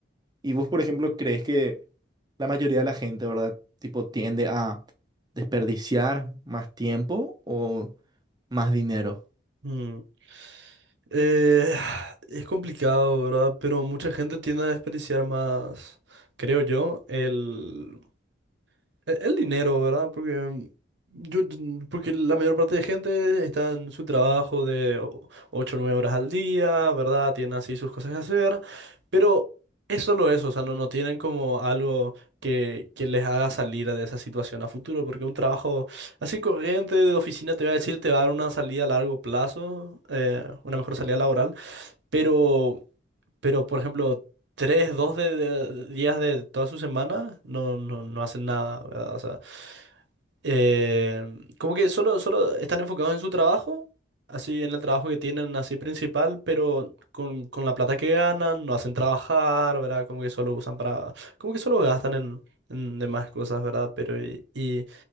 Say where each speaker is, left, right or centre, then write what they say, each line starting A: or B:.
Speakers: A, on the right; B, on the right.
A: ¿Y vos, por ejemplo, crees que la mayoría de la gente, ¿verdad? Tipo, tiende a desperdiciar más tiempo o más dinero.
B: Mm. Eh, <sighs> es complicado, ¿verdad? Pero mucha gente tiende a desperdiciar más, creo yo, el... e- El dinero, ¿verdad? Porque mm, yo, yo- porque la mayor parte de gente está en su trabajo de 8 o 9 horas al día, ¿verdad? Tienen así sus cosas que hacer, pero es solo eso, o sea, no, no tienen como algo que, que les haga salir de esa situación a futuro, porque un trabajo así corriente de oficina te va a decir, te va a dar una salida a largo plazo, eh, una mejor salida laboral, pero... Pero, por ejemplo, tres, dos de, de- días de toda su semana no, no, no hacen nada, ¿verdad? O sea, eh, como que solo, solo están enfocados en su trabajo, así en el trabajo que tienen, así principal, pero con, con la plata que ganan, no hacen trabajar, ¿verdad? Como que solo usan para, como que solo gastan en, en demás cosas, ¿verdad? Pero y, y,